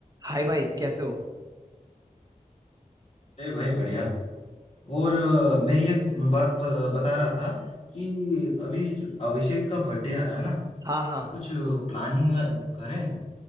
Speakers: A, on the right (about 25°); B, on the left (about 45°).
A: हाय भाई कैसे हो
B: अरे भाई बढ़िया और अ, मैं ये बात ब- बता रहा था कि अभी जो अभिषेक का बर्थडे आ रहा है ना
A: हाँ हाँ
B: तो कुछ प्लानिंग करें